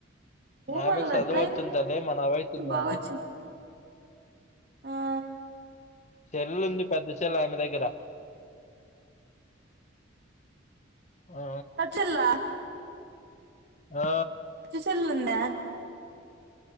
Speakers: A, on the left; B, on the right.
A: ఆమెకు
B: మళ్ళ
A: చదువు
B: ట్రైన్
A: వచింటాది మన వాయిస్ ఇనింది
B: బాగా వచ్చింది ఆ
A: సెల్లు ఉంది పెద్ద సెలు ఆమె దగ్గర ఆ
B: వచ్చల్లా
A: ఆ
B: చూచల్ వుందా